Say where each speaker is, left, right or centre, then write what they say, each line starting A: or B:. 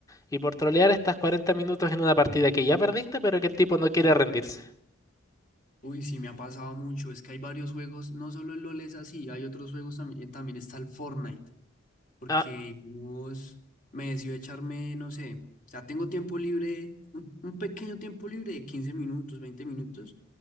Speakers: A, on the left; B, on the left.
A: Y por trolear estás 40 minutos en una partida que ya perdiste, pero que el tipo no quiere rendirse.
B: Uy, sí, me ha pasado mucho, es que hay varios juegos, no solo el LOL es así, hay otros juegos también, también está el Fortnite. porque
A: Ah,
B: digamos, me decido echarme, no sé, o sea, tengo tiempo libre, un, un pequeño tiempo libre de 15 minutos, veinte minutos,